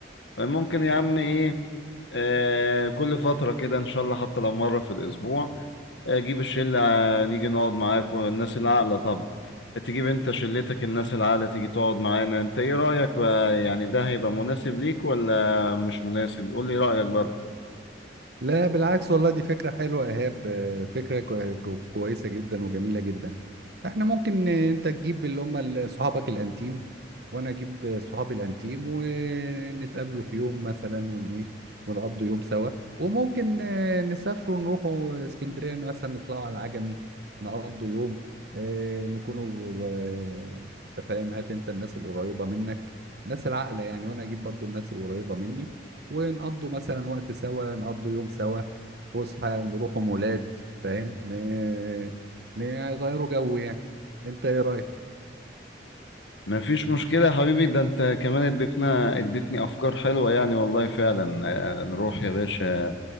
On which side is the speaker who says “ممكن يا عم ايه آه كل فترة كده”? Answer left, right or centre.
Left